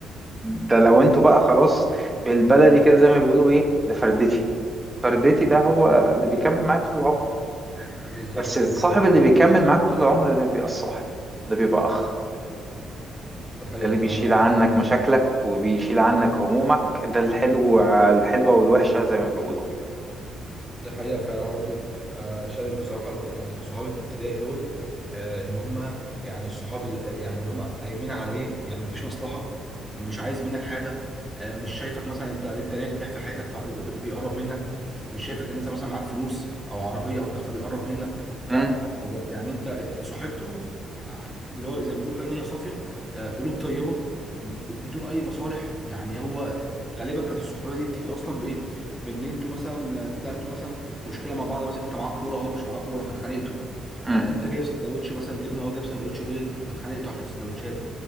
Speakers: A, on the right; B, in the centre.
A: ده لو انتوا بقى خلاص بالبلدي كده زي ما بيقولوا ايه ده فردتي فردتي
B: بالظبط
A: ده هو اللي بيكمل معاك طول العمر
B: بالظبط،
A: بس الصاحب
B: دي حقيقة فعلا
A: اللي بيكمل معاك طول العمر ده ما بيبقى الصاحب ده بيبقى أخ
B: دي حقيقة
A: ده اللي
B: صح
A: بيشيل
B: أنا معاك
A: عنك
B: في النقطة دي
A: مشاكلك وبيشيل عنك همومك ده الحلو على الحلوة والوحشة زي ما بيقولوا كده
B: ده حقيقة فعلا أنا برضو آه، شايف بصراحة ال- آه، صحابي الابتدائي دول آه، إن هما يعني الصحاب ال- آه، يعني إن هما قايمين على إيه يعني مفيش مصلحة مش عايز منك حاجة آه، مش شايفك مثلا أنت أنت ناجح في حياتك فبيقرب منك مش شايفك إن أنت مثلا معاك فلوس أو عربية أو كافة بيقرب منك
A: امم
B: لا هو يعني أنت اتصاحبته ع- اللي هو زي ما بيقولوا كده نية صافية آه، قلوب طيبة ب- بدون أي مصالح يعني هو غالبا كانت الصحوبية دي بتيجي أصلا بإيه بان انتوا مثلا بداتوا مثلا مشكله مع بعض مثلا انت معاك كوره هو مش معاه كوره فاتخانقتوا
A: امم
B: آه، انت جايب سندوتش مثلا جبنه هو جايب سندوتش بيض فاتخانقتوا عشان السندوتشات